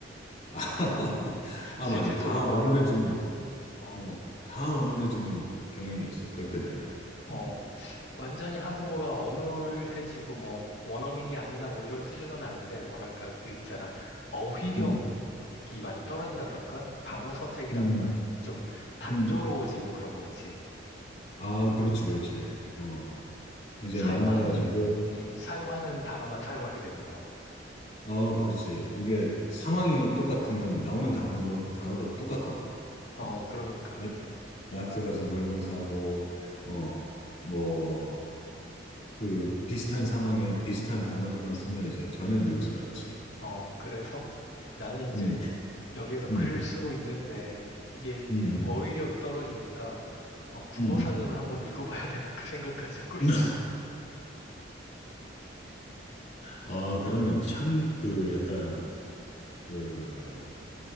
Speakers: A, on the left (about 40°); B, on the left (about 70°).
A: 아, <laughs> 아,
B: 실질적으로
A: 맞아. 다 어눌해지는,
B: 말하면, 어,
A: 어, 다 어눌해지는 경향이 있어. 그렇게 되면. 음,
B: 어, 완전히 한국어가 어눌해지고, 뭐, 원어민이 아니다, 뭐, 이런 수준은 아닌데, 뭐랄까, 그 있잖아. 어휘력이
A: 음,
B: 많이 떨어진다 그럴까? 단어 선택이라는가,
A: 음,
B: 이좀 단조로워지는
A: 음.
B: 그런 거 있지.
A: 아, 그렇지, 그렇지. 어. 이제
B: 사용하는,
A: 만나가지고
B: 음, 사용하는 단어만 사용하게 되는 거.
A: 어, 그렇지. 이게 상황이 똑같으면 나오는 단어도, 단어도 똑같거든.
B: 어,
A: 어,
B: 그러니까.
A: 마- 마트 가서 물건 사고, 어, 뭐, 그 비슷한 상황에 비슷한 단어들만 쓰면 이제 전혀 늘지가 않지.
B: 어,
A: 어.
B: 그래서 나는 이제
A: 음,
B: 여기에서
A: 음,
B: 글을 쓰고 있는데 이게
A: 음, 음,
B: 어휘력이 떨어지니까 어, 국어
A: 음.
B: 사전을
A: 음.
B: 한번 읽어봐야 <laughs> 되나 그 생각까지 하고 있어.
A: <laughs> 아, 그러면 창, 그 약간, 그,